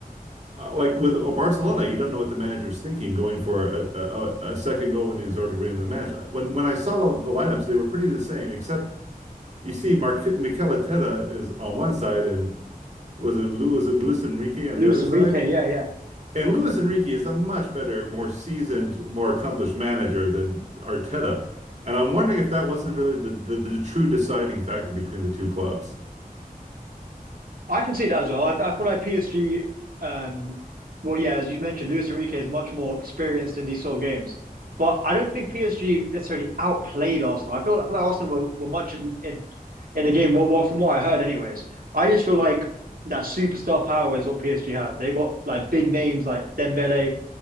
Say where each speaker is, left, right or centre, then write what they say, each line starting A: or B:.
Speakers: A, on the right; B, on the right.
A: uh, like with Barcelona, you don't know what the manager's thinking going for a, a, a second goal when he's already winning the match. Uh, When when I saw the, the lineups, they were pretty the same, except you see Mark, Mikel Arteta is on one side, and was it was it Luis Enrique on
B: Luis
A: the other
B: Enrique.
A: side?
B: Yeah, yeah,
A: And Luis Enrique is a much better, more seasoned, more accomplished manager than Arteta. And I'm wondering if that wasn't really the, the, the true deciding factor between the two clubs.
B: I can see that as well. I, I thought I PSG. Um, well, yeah, as you mentioned, Luis Enrique is much more experienced in these sort of games, but I don't think PSG necessarily outplayed Arsenal. I feel I feel like Arsenal were, were much in, in in the game. Well, well, from what I heard, anyways, I just feel like that superstar power is what PSG have. They've got like big names like Dembele